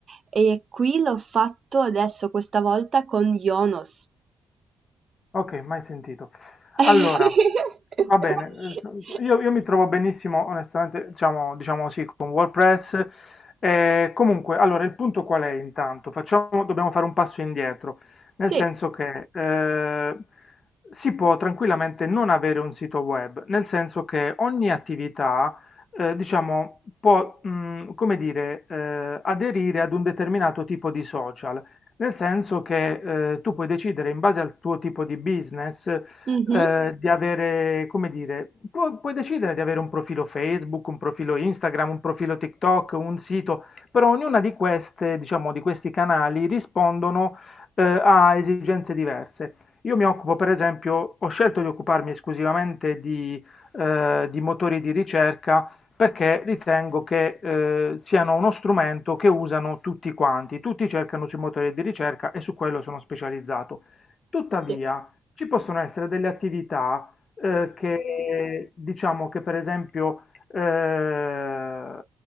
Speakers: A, on the right; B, on the left.
A: E qui l'ho fatto adesso, questa volta con Yonos.
B: Ok, mai sentito.
A: <laughs>
B: Allora, Va bene, eh, so- so- io, io mi trovo benissimo, onestamente, diciamo, diciamo sì, con WordPress. Eh, comunque, allora, il punto qual è intanto? Facciamo, dobbiamo fare un passo indietro, nel
A: Sì,
B: senso che eh, si può tranquillamente non avere un sito web, nel senso che ogni attività, eh, diciamo, può, mh, come dire, eh, aderire ad un determinato tipo di social, nel senso che eh, tu puoi decidere in base al tuo tipo di business
A: mhm,
B: eh, di avere, come dire, pu- puoi decidere di avere un profilo Facebook, un profilo Instagram, un profilo TikTok, un sito, però ognuna di queste, diciamo, di questi canali rispondono, eh, a esigenze diverse. Io mi occupo, per esempio, ho scelto di occuparmi esclusivamente di, eh, di motori di ricerca perché ritengo che eh, siano uno strumento che usano tutti quanti, tutti cercano sui motori di ricerca e su quello sono specializzato. Tuttavia,
A: sì.
B: ci possono essere delle attività eh, che diciamo che per esempio eh,